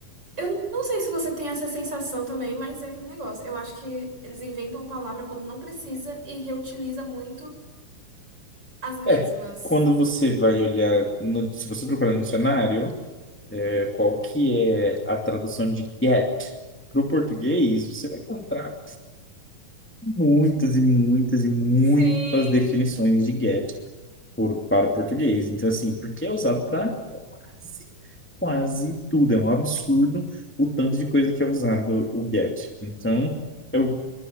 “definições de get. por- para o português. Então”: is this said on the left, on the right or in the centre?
Centre